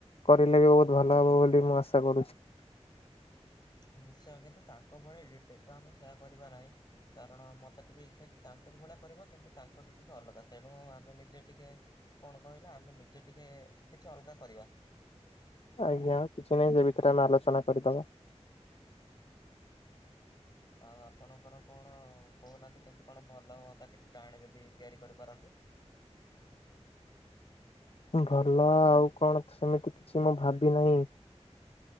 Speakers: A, on the left; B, on the left.
A: କରିଲେ ବି ବହୁତ ଭଲ ହେବ ବୋଲି ମୁଁ ଆଶା କରୁଛି।
B: ନିଶ୍ଚୟ କିନ୍ତୁ ତାଙ୍କ ଭଳି ଡି-ଡି-ଡିଟୋ ଆମେ ସେୟା କରିବା ନାହିଁ। କାରଣ ମତେ ଟିକେ ଇଚ୍ଛା କି ତାଙ୍କର ଭଳିଆ କରିବ, କିନ୍ତୁ ତାଙ୍କଠୁ ଟିକେ ଅଲଗା ତେଣୁ ଆମେ ନିଜେ ଟିକେ। କଣ କହିଲା ଆମେ ନିଜେ ଟିକେ କିଛି ଅଲଗା କରିବା।
A: ଆଜ୍ଞା କିଛି ନାହିଁ ସେ ଭିତରେ ଆମେ ଆଲୋଚନା କରିଦବା।
B: ଆଉ ଆପଣଙ୍କର କଣ କହୁନାହାନ୍ତି କେମିତି କଣ ଭଲ ହୁଅନ୍ତା। କିଛି କାହାଣୀ ଯଦି ତିଆରି କରିପାରନ୍ତେ।
A: ଭଲ ଅ ଆଉ କଣ ସେମିତି କିଛି ମୁଁ ଭାବି ନାହିଁ।